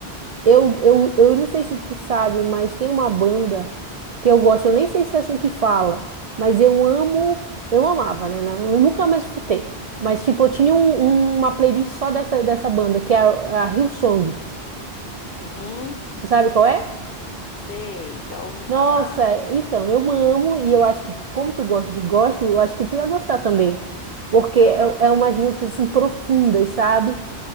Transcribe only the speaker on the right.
eu, eu, eu não sei se tu sabe, mas tem uma banda que eu gosto, eu nem sei se é assim que fala, mas eu amo, eu amava, né? na- Eu nunca mais escutei. Mas, tipo, eu tinha um- uma playlist só dessa, dessa banda, que é a, a Hillsong.
Tu sabe qual é?
Nossa,
então, eu amo e eu acho que, como tu gosta de gospel, eu acho que tu ia gostar também. Porque
é, é umas músicas, assim, profundas, sabe?